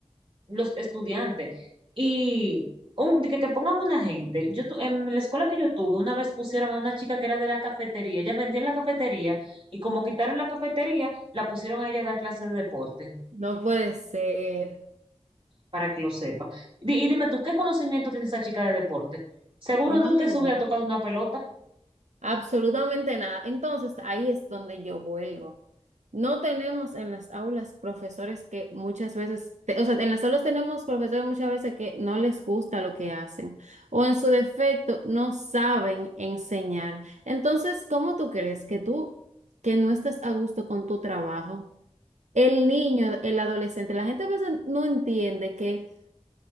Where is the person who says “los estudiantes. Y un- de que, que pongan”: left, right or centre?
Right